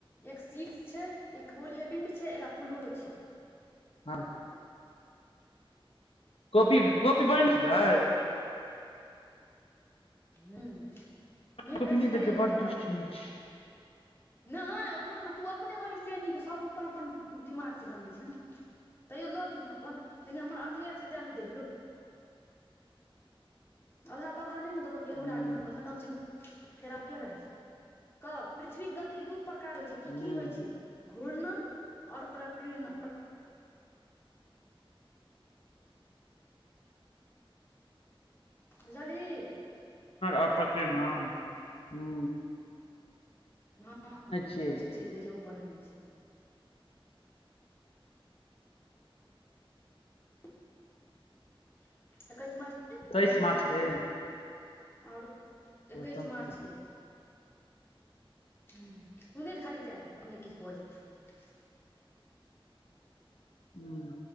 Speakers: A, on the left; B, on the left.
A: एक शीर्ष छै एक गोलिय पिन्ड छै एरा पुलूरो छै
B: हाँ कॅपी कॉपी बन छै ग
A: र्द नहि
B: कॉपी
A: भेट छलै
B: देलकै
A: आइयए
B: बड़
A: भेट
B: दुष्ट
A: कहलियैए
B: नीच
A: नहि पूरण तू अपने बनीसे नीक सब अपन अपन दिमागसे बनबै छ ने तैयो लऽ लिहे अपन लेकिन हमर अधी अ छै तै ने देलियौ आधा पर अहाँ नय न देबय घिरा
B: हूँ
A: गेहु फेरामे के रहय कह पृथ्वी गति दू प्रकार प्रकार होइ छै की
B: हूँ
A: की होइ छै घूर्णन ओर प्रकणन बुझलीही
B: आपत्ति ना हूं
A: हँ
B: छियै
A: बिस्तरि गेलै जे ओ पढ़ेने छल <unintelligible> तऽ कहै छै मात
B: तेइस
A: वसन्त
B: मार्च
A: ऋतु
B: के
A: आउर
B: बसंत
A: एकैस मार्चके
B: ऋतु
A: ह सुन खाली चाही अने किछु बजै छै
B: हूम